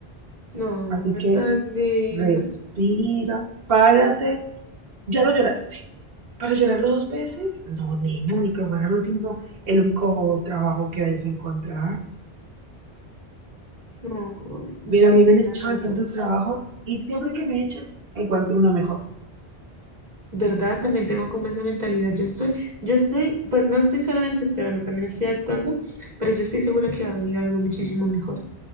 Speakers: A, on the right; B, on the right.
A: no,
B: Así
A: ay,
B: que
A: tan linda.
B: respira, párate, ya lo lloraste. ¿Para llorarlo dos veces? No, nena, ni que fuera el último, el único trabajo que vayas a encontrar.
A: No,
B: Mira,
A: sí,
B: a mí
A: tienes
B: me han echado
A: razón.
B: de tantos trabajos y siempre que me echan, encuentro uno mejor.
A: ¿Verdad? También tengo como esa mentalidad. Yo estoy, yo estoy, pues no estoy solamente esperando, también estoy actuando, pero yo estoy segura que va a venir algo muchísimo mejor.